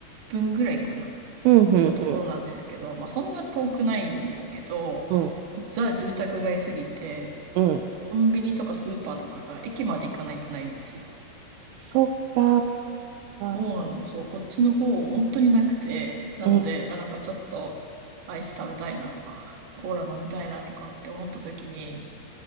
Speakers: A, on the right; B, on the right.
A: 分ぐらいかな。
B: うんうんうん
A: のところなんですけど、まあ、そんな遠くないんですけど、
B: うん
A: ザ住宅街すぎて、
B: うん
A: コンビニとかスーパーとかが駅まで行かないとないんですよ。
B: そっか
A: そうなんです。
B: ー。
A: そう、こっちの方本当になくて、なので、
B: うん、
A: あ、なんかちょっとアイス食べたいなとか、コーラ飲みたいなとかって思った時に、